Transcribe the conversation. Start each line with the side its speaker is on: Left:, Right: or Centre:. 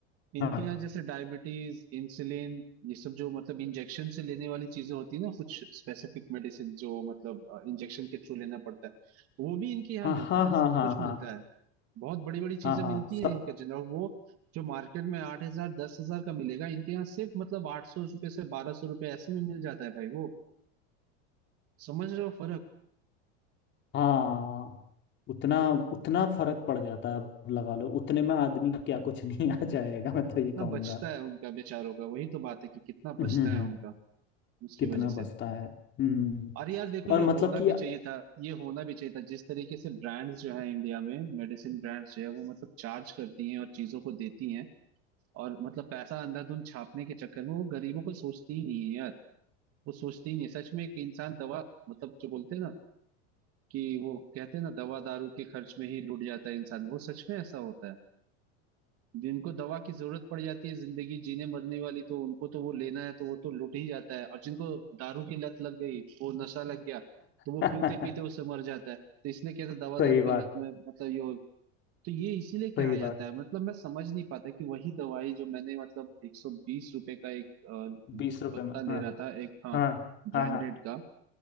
Right: इनके
Left: हाँ
Right: यहाँ जैसे डायबिटीज इंसुलिन ये सब जो मतलब इंजेक्शन से लेने वाली चीजें होती है ना कुछ स्पेसिफिक मेडिसिन जो मतलब इंजेक्शन के थ्रू लेना पड़ता है वो भी इनके यहाँ
Left: हाँ
Right: मिलता
Left: हाँ
Right: है
Left: हाँ
Right: सब
Left: हाँ
Right: कुछ
Left: हाँ
Right: मिलता है बहुत बड़ी बड़ी
Left: हाँ
Right: चीजें
Left: हाँ
Right: मिलती
Left: सब
Right: हैं इनके जन और वो जो मार्केट में आठ हजार दस हजार का मिलेगा इनके यहाँ सिर्फ मतलब आठ सौ रुपये से बारह सौ रुपये ऐसे में मिल जाता है भाई वो समझ रहे हो फर्क
Left: हाँ उतना उतना फर्क पड़ जाता है अब लगा लो उतने में आदमी का क्या कुछ <laughs> नहीं आ जाएगा मैं तो
Right: कितना
Left: ये कहूँगा
Right: बचता है उनका बेचारों का वही तो बात है कि कितना
Left: हम्म
Right: बचता
Left: हम्म,
Right: है
Left: हम्म,
Right: उनका उसकी
Left: कितना
Right: वजह से
Left: बचता है हम्म हम्म, हम्म।
Right: और यार देखो ये
Left: और मतलब
Right: होना
Left: कि
Right: भी चाहिए था ये होना भी चाहिए था जिस तरीके से ब्रांड्स जो है इंडिया में मेडिसिन ब्रांड्स जो है वो मतलब चार्ज करती हैं और चीजों को देती हैं और मतलब पैसा अंधाधुंध छापने के चक्कर में वो गरीबों को सोचती ही नहीं है यार वो सोचती ही नहीं है। सच में एक इंसान दवा मतलब जो बोलते हैं ना कि वो कहते हैं ना दवा दारू के खर्च में ही लुट जाता है इंसान वो सच में ऐसा होता है जिनको दवा की जरूरत पड़ जाती है जिंदगी जीने मरने वाली तो उनको तो वो लेना है तो वो तो लूट ही जाता है और जिनको दारू की लत लग गई वो नशा लग गया तो वो
Left: <laughs>
Right: पीते पीते उससे मर जाता है तो इसलिए कहते हैं, दवा
Left: सही
Right: दारू के लत
Left: बात
Right: में मतलब ये हो- तो ये इसीलिए
Left: सही
Right: कहा जाता
Left: बात
Right: है मतलब मैं समझ नहीं पाता कि वही दवाई जो मैंने मतलब एक सौ बीस रुपए का एक अ,
Left: बीस रुपए
Right: पत्ता
Left: में हाँ
Right: ले रहा था एक हाँ
Left: हाँ
Right: ब्रांडेड
Left: हाँ हाँ
Right: का